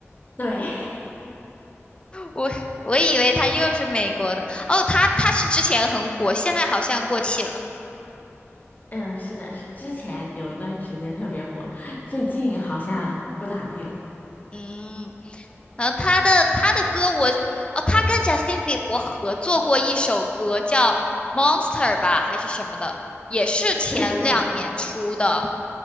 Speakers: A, on the left; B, on the left.
A: 对，<laughs>
B: 我我以为他又是美国的。哦，他他是之前很火，现在好像过气了。
A: 嗯，是的，是之前有一段时间特别火，最近好像不咋地了。
B: 嗯，然后他的他的歌我哦，他跟贾斯汀比伯合作过一首歌叫《Monster》吧，还是什么的，也是前两年出的，
A: 对对对，